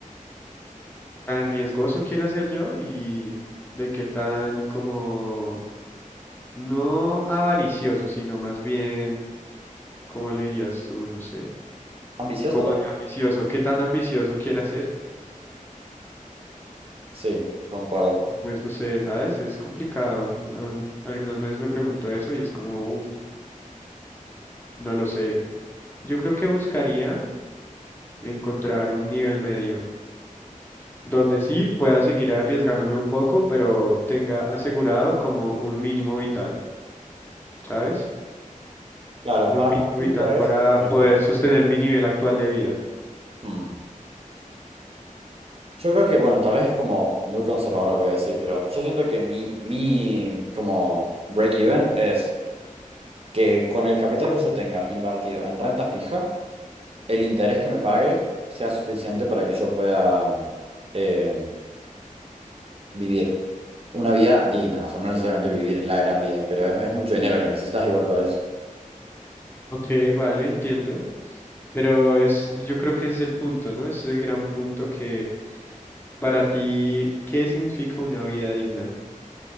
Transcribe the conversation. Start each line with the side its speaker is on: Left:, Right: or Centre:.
Left: tan riesgoso quiera ser yo y de qué tan como no avaricioso, sino más bien ¿Cómo le dirías tú? No sé.
Right: ¿Ambicioso?
Left: Como
Right: también.
Left: de ambicioso, ¿qué tan ambicioso quiere ser?
Right: Sí, concuerdo.
Left: Y pues no sé, ¿sabes? Es complicado. Mm, Algunas veces me pregunto eso y es como, uff, no lo sé. Yo creo que buscaría encontrar un nivel medio, donde sí pueda seguir arriesgándome un poco, pero tenga asegurado como un mínimo vital, ¿sabes?
Right: Claro,
Left: Un
Right: para
Left: mínimo
Right: mí el punto
Left: vital
Right: es...
Left: para
Right: eh,
Left: poder sostener mi nivel actual de vida.
Right: hmm, Yo creo que, bueno, tal vez es como muy conservador lo que voy a decir, pero yo siento que mi, mi como break-even es que con el capital que yo tenga invertido en renta fija, el interés que me pague sea suficiente para que yo pueda eh, vivir una vida digna, o sea, no necesariamente vivir la gran vida, pero es, es mucho dinero el que necesitas igual para eso.
Left: Ok, vale, entiendo. Pero es, yo creo que ese es el punto, ¿no? Ese es el gran punto que Para ti, ¿qué significa una vida digna?